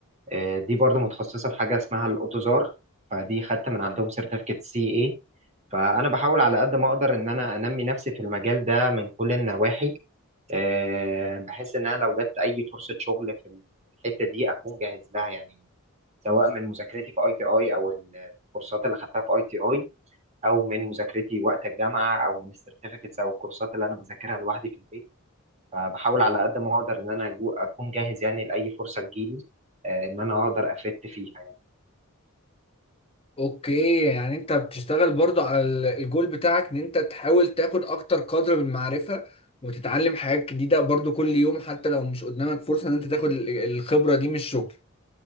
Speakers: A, on the right; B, on the left.
A: آه، دي برضو متخصصة في حاجة اسمها الأوتوزار فدي خدت من عندهم سيرتيفيكت سي اي فأنا بحاول على قد ما أقدر إن أنا أنمي نفسي في المجال ده من كل النواحي آه، بحيث إن أنا لو جت أي فرصة شغل في الحتة دي أكون جاهز لها يعني سواء من مذاكرتي في اي تي اي او الكورسات اللي خدتها في اي تي اي او من مذاكرتي وقت الجامعه او من السيرتيفيكتس او الكورسات اللي انا بذاكرها لوحدي في البيت فبحاول على قد ما اقدر ان انا أجو- اكون جاهز يعني لاي فرصه تجيلي آه، ان انا اقدر افت فيها يعني.
B: اوكي يعني انت بتشتغل برضو على ال- الجول بتاعك ان انت تحاول تاخد اكتر قدر من المعرفة وتتعلم حاجات جديدة برضو كل يوم حتى لو مش قدامك فرصة ان انت تاخد ال- الخبرة دي من الشغل